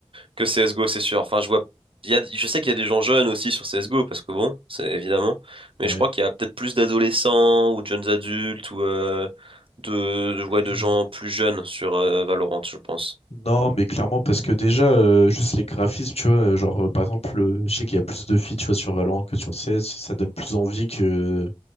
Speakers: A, on the right; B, on the left.
A: que CS:GO, c'est sûr. Enfin, je vois il y a, je sais qu'il y a des gens jeunes aussi sur CS:GO parce que bon, c'est évidemment, mais
B: Ouais.
A: je crois qu'il y a peut-être plus d'adolescents ou de jeunes adultes ou euh, de, de ouais,
B: Oui.
A: de gens plus jeunes sur euh, Valorant, je pense.
B: Non, mais clairement, parce que déjà, euh, juste les graphismes, tu vois, euh, genre, euh, par exemple, euh, je sais qu'il y a plus de filles, tu vois, sur Valorant que sur CS, ça donne plus envie que...